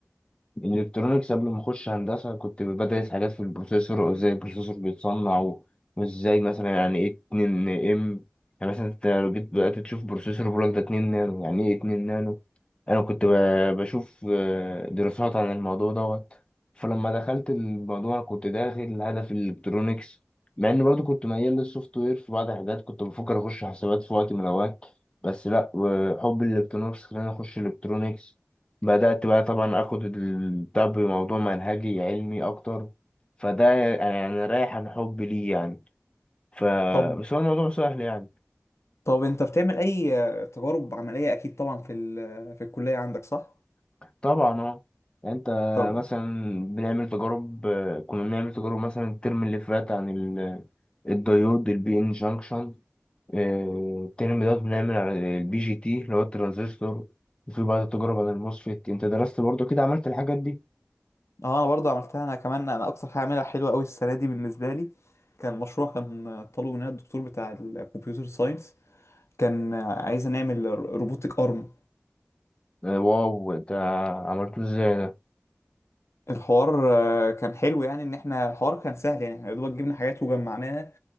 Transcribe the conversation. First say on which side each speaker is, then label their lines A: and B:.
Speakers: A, on the left (about 20°); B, on the left (about 60°).
A: الالكترونيكس قبل ما اخش هندسه كنت بدرس حاجات في البروسيسور وازاي البروسيسور بيتصنع و- وازاي مثلا يعني ايه 2 ام يعني مثلا انت لو جيت بدات تشوف بروسيسور بيقول لك ده 2 نانو يعني ايه 2 نانو انا كنت ب- بشوف آه، دراسات عن الموضوع دوت فلما دخلت الموضوع انا كنت داخل هدف الالكترونيكس مع اني برضو كنت ميال للسوفت وير في بعض الحاجات كنت بفكر اخش حسابات في وقت من الاوقات بس لا وحب الالكترونكس خلاني اخش الكترونكس بدأت بقى طبعا اخد البتاع بموضوع منهجي علمي اكتر فده انا انا رايح عن حب ليه يعني ف
B: طب
A: بس هو الموضوع سهل يعني
B: طب انت بتعمل اي آه، تجارب عمليه اكيد طبعا في ال- في الكليه عندك صح
A: طبعا اه انت
B: طب
A: مثلا بنعمل تجارب كنا بنعمل تجارب مثلا الترم اللي فات عن ال- الديود البي ان جانكشن الترم ده بنعمل عن البي جي تي اللي هو الترانزستور وفي بعض التجارب عن الموسفيت انت درست برضو كده عملت الحاجات دي
B: اه انا برضو عملتها انا كمان انا اكتر حاجه عاملها حلوه قوي السنه دي بالنسبه لي كان مشروع كان طالبه مننا الدكتور بتاع الكمبيوتر ساينس كان عايزه نعمل روبوتك ارم
A: آه، واو ده عملته ازاي
B: الحوار آه، كان حلو يعني ان احنا الحوار كان سهل يعني احنا يا دوبك جبنا حاجات وجمعناها